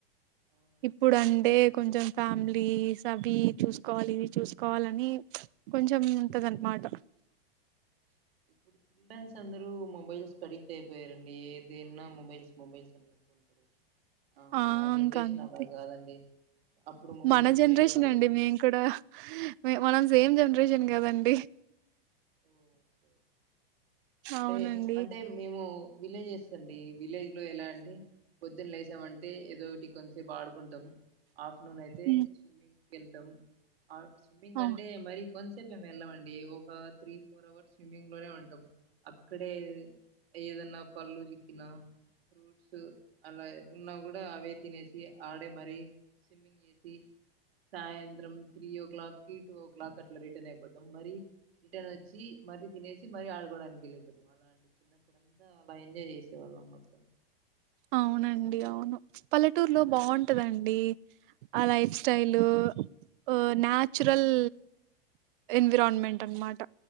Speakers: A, on the right; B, on the right.
A: అవునండి
B: ఇప్పుడు అంటే కొంచెం ఫ్యామిలీస్ అవి చూసుకోవాలి ఇది చూసుకో కావాలని కొంచెం ఉంటదన్నమాట
A: ఇప్పుడు చిల్డ్రన్స్ అందరూ మొబైల్స్ కి అడిక్ట్ అయిపోయారండి ఏదైన్న మొబైల్స్ మొబైల్స్ అన్నట్టు ఉంటారు
B: ఆ
A: మా జనరేషన్
B: ఇంకా అంతే
A: అలా కాదండి అప్పుడు మొబైల్స్
B: మన జనరేషన్
A: ఉండేటివి కాదు
B: అండి మేము కూడా మనం
A: అవునా
B: సేమ్ జనరేషన్ కదండి
A: ఓ సరే. అంటే
B: అవునండి
A: అంటే మేము విలేజెస్ అండి విలేజ్ లో ఎలాంటే పొద్దున్న లేసామంటే ఏదో ఒకటి కొంతసేపు ఆడుకుంటాం ఆఫ్టర్నూన్ అయితే
B: ఉమ్
A: స్విమ్మింగ్ కేళ్తాం స్విమ్మింగ్
B: అవు
A: అంటే మరి కొంతసేపు ఏం వెళ్ళమండీ ఒక త్రీ ఫోర్ అవర్స్ స్విమ్మింగ్ లోనే ఉంటాం అక్కడే ఏదన్నా పళ్ళు చిక్కిన ఫ్రూట్స్ అలా ఉన్నా కూడా అవే తినేసి ఆడే మరీ స్విమ్మింగ్ చేసి సాయంత్రం త్రీ ఓ క్లాక్కిి టూ ఓ క్లాక్కి అట్లా రిటర్న్ అయిపోతాం మరి రిటర్న్ వచ్చి మరీ తినేసి మరీ ఆడుకోవడానికి వెళ్ళిపోతాం అలా అండి చిన్నప్పుడుంతా అలా ఎంజాయ్ చేసేవాళ్ళం మొత్తం
B: అవునండి అవును పల్లెటూరులో బావుంటదండి ఆ లైఫ్ స్టైలు ఉ నాచురల్ ఎన్విరాన్మెంట్ అన్నమాట